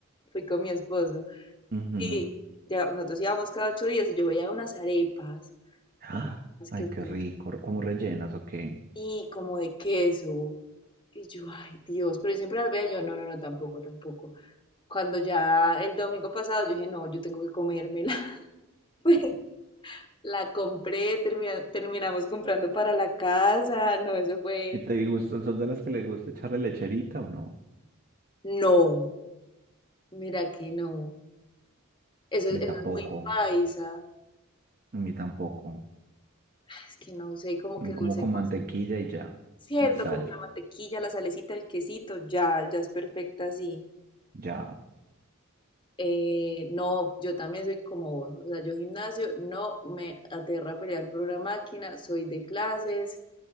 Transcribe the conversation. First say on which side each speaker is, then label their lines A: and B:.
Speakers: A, on the left; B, on the right.
A: fui con mi esposo
B: Ujú.
A: y
B: <gasps>
A: ya, nosotros íbamos cada ocho días y yo veía unas arepas
B: Ah,
A: como unas
B: Ay,
A: que
B: qué
A: son
B: rico. ¿Cómo rellenas o qué?
A: y como de queso. Y yo, ay Dios, pero yo siempre las veo, yo no, no, no, tampoco, tampoco. Cuando ya el domingo pasado yo dije, no, yo tengo que comérmela. <laughs> La compré, termina- terminamos comprando para la casa. No, eso fue.
B: ¿Y te gusta, sos de las que le gusta echarle lecherita o no?
A: No, mira que no. Eso,
B: A
A: eso
B: mí
A: es
B: tampoco,
A: muy paisa.
B: a mí tampoco.
A: Es que no sé, como
B: Mm,
A: que
B: Como
A: dulce
B: con
A: con
B: mantequilla y ya,
A: cierto,
B: y sal,
A: como la mantequilla, la salecita, el quesito, ya, ya es perfecta así.
B: ya.
A: Eh, no, yo también soy como vos. O sea, yo gimnasio no me aterra pelear por una máquina, soy de clases,